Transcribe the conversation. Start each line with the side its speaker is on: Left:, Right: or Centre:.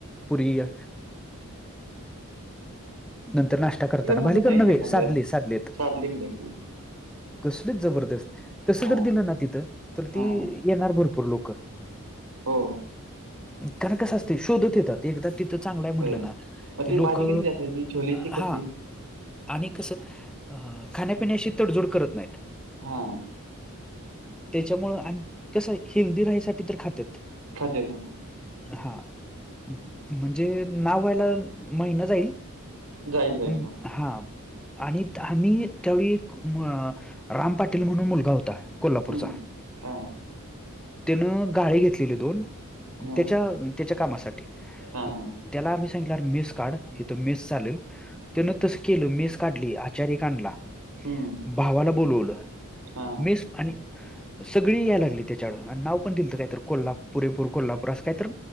Centre: पुरी हा नंतर ना. करताना भालेकर
Right: मध्ये नाही
Centre: नव्हे
Right: ते खाल्लं
Centre: साधले साधलेत.
Right: सादली मध्ये खाल्लं
Centre: कसलीच जबरदस्त तस
Right: हा
Centre: जर दिलं ना तिथं तर ती
Right: हा
Centre: येणार भरपूर लोक.
Right: हो
Centre: काण कस असते शोधत येतात. ते एकदा तिथं चांगलंय म्हटलं
Right: होय
Centre: ना
Right: मग
Centre: की
Right: ते
Centre: लोक
Right: भाजी कसली असायची छोलेची
Centre: हा.
Right: कसली
Centre: आणि कसं अ खाण्यापिण्याशी तडजोड करत नाहीत
Right: हा.
Centre: त्याच्यामुळ आणि कसं हेल्दी राहायसाठी तर खात्यात.
Right: खातंय मंग
Centre: हा म्हणजे नाव व्हायला महिना जाईल.
Right: जाईल जाईल
Centre: पण
Right: हो
Centre: हा. आणि आम्ही त्यावेळी एक राम पाटील म्हणून मुलगा होता. कोल्हापूरचा
Right: हम्म. हा
Centre: त्यानं गाळे घेतलेली दोन
Right: हा
Centre: त्याच्या त्याच्या कामासाठी
Right: हा
Centre: मग
Right: हा
Centre: त्याला आम्ही सांगितलं मेस काढ हित मेस चालेल. त्यानं तसं केलं मेस काढली आचारी एक आणला
Right: हम्म.
Centre: भावाला बोलवलं.
Right: हा
Centre: मेस आणि सगळी याय लागली त्याच्याकंड आणि नाव पण दिलंत काय तर कोल्हा पुरेपूर कोल्हापूर असं कायतर